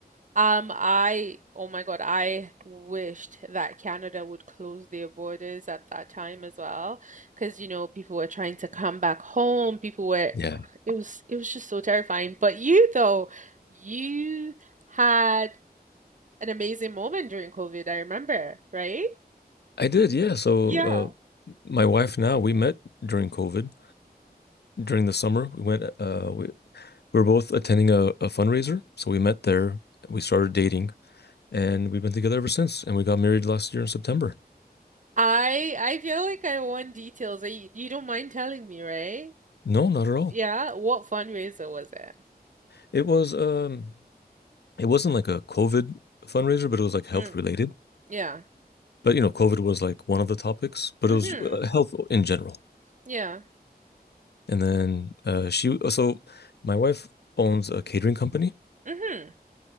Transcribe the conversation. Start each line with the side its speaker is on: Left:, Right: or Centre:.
Right: Um, I, oh my God, I wished that Canada would close their borders at that time as well, because you know people were trying to come back home. People were,
Left: Yeah.
Right: it was it was just so terrifying. But you though, you had an amazing moment during COVID. I remember, right?
Left: I did, yeah. So
Right: Yeah.
Left: uh, my wife now, we met during COVID, during the summer. We went, uh, we, we were both attending a, a fundraiser. So we met there. We started dating and we've been together ever since. And we got married last year in September.
Right: I I feel like I want details. You, you don't mind telling me, right?
Left: No, not at all.
Right: Yeah, what fundraiser was it?
Left: It was, um, it wasn't like a COVID fundraiser, but it was like health
Right: Mm,
Left: related.
Right: yeah.
Left: But you know, COVID was like one of the topics, but
Right: Mm-hmm.
Left: it was uh, health in general.
Right: Yeah.
Left: And then uh she oh, so my wife owns a catering company
Right: Mm-hmm.